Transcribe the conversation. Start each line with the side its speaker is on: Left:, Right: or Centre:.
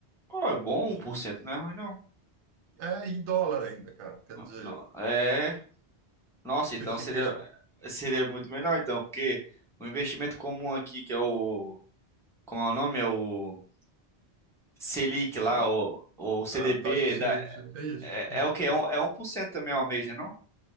Centre: Pô, é bom,
Right: E
Centre: 1% não é ruim, não.
Right: é em dólar ainda, cara. Quer
Centre: Não,
Right: dizer,
Centre: não. É. Nossa,
Right: você
Centre: então
Right: fica...
Centre: seria,
Right: ex-
Centre: seria muito melhor então, porque o investimento comum aqui, que é o, como é o nome? É o Selic
Right: Você,
Centre: lá, o, o CDB,
Right: a taxa Selic,
Centre: da,
Right: é isso.
Centre: é, é o quê? É, um, é 1% também ao mês, né, não?